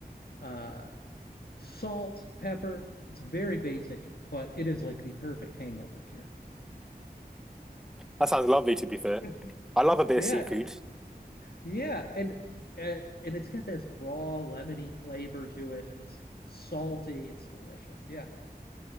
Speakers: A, on the left; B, in the centre.
A: uh, salt, pepper. It's very basic, but it is like the perfect hangover cure.
B: That sounds lovely to be fair.
A: <laughs>
B: I love a bit
A: Yeah,
B: of seafood.
A: Yeah, and uh, and it's got this raw lemony flavor to it. It's salty. It's delicious. Yeah,